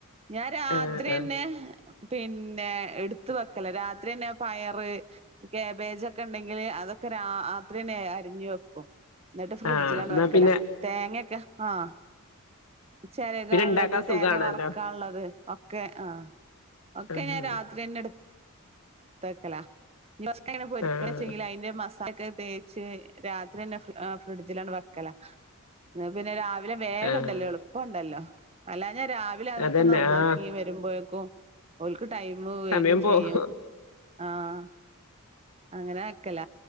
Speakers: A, on the right (about 30°); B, on the left (about 80°).
A: ഞാൻ രാത്രി
B: ആഹ് ആഹ്
A: തന്നെ പിന്നെ എടുത്ത്വ രാത്രി തന്നെ പയറ് കാബേജൊക്കെ ഉണ്ടെങ്കിൽ അതൊക്കെ രാ രാത്രി അരിഞ്ഞു വെക്കും എന്നിട്ട് ഫ്രിഡ്ജിലാണ്ട്
B: ആഹ് എന്നാ
A: വെക്കല
B: പിന്നെ
A: തേങ്ങൊക്കെ ആഹ് ചരക
B: പിന്നെ ഇണ്ടാക്കാൻ
A: ഉള്ളത്
B: സുഖാണല്ലോ
A: തേങ്ങ വറക്കൻ ഉള്ളത് ഒക്കെ ആ ഒക്കെ
B: ആഹ്
A: ഞാൻ രാത്രി തന്നെ എടുത്ത് തക്കല ഉമ്മച്ചിക്കനെ പൊരിക്കണ
B: ആഹ്
A: വെച്ചെങ്കിൽ അതിന്റെ മസാലക്കെ തേ ച്ച് രാത്രിന്നെ ഫ്രിഡജില് വെക്കല ന്നപിന്നെ രാവിലെ ല
B: ആഹ്
A: ഉണ്ടല്ലോ എളുപ്പണ്ടല്ലോ അല്ലാഞാ രാവിലെ അതൊക്കെ
B: അതന്നെ
A: നന്നാക്കി
B: ആഹ്
A: വരുമ്പോഴേക്കും ഓൽക്ക് ടൈം വൈകും
B: സമയം പോവും
A: ചെയ്യും ആഹ് അങ്ങനെ വെക്കല.